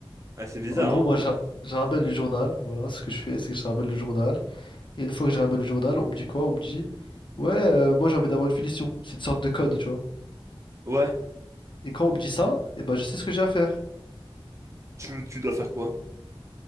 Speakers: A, on the right (about 30°); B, on the left (about 55°).
A: Ah, c'est bizarre,
B: En gros,
A: hein.
B: moi, je, ra- je ramène le journal. Voilà, ce que je fais, c'est que je ramène le journal. Et une fois que je ramène le journal, on me dit quoi? On me dit, ouais, euh, moi, j'ai envie d'avoir une finition. C'est une sorte de code, tu vois.
A: Ouais.
B: Et quand on me dit ça, eh ben, je sais ce que j'ai à faire.
A: Tu, tu dois faire quoi?